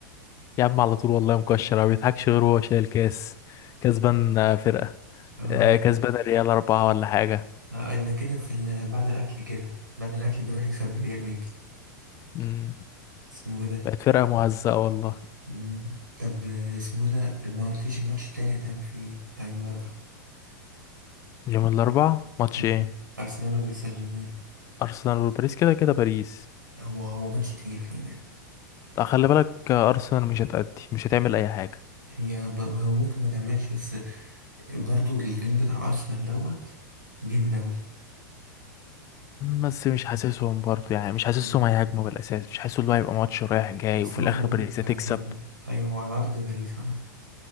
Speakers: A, on the left (about 30°); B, on the right (about 80°).
A: يا عم على طول والله مكشر ما بيضحكش غير وهو شايل كاس كسبان آه، فرقة
B: اه
A: آه، كسبان الريال أربعة ولا حاجة
B: لا، إلا كده في ال... بعد الأكل كده بعد الأكل بيروح يكسب الريال ويجي
A: مم.
B: اسمه إيه ده
A: بقت فرقة مهزأة والله
B: مم. طب آه، اسمه إيه ده ما قلتليش الماتش التاني هتعمل فيه إيه بتاع يوم الأربعاء
A: يوم الأربعاء ماتش
B: مم.
A: ايه
B: أرسنال وباريس سان جيرمان
A: ارسنال وباريس كده كده باريس
B: ده هو هو ماتش تقيل خلي بالك
A: لا خلي بالك آه، ارسنال مش هتأدي مش هتعمل اي حاجه
B: هي ب... هو ممكن ما تعملش بس برضو الجيل بتاع أرسنال دوت جامد أوي
A: بس مش حاسسهم برضه يعني مش حاسسهم
B: مم.
A: هيهاجموا بالاساس مش حاسس اللي هو هيبقى ماتش رايح جاي
B: بس
A: وفي
B: هو
A: الاخر
B: خلي بالك
A: باريس هتكسب
B: آه، خلي... أيوه هو على أرض باريس عامة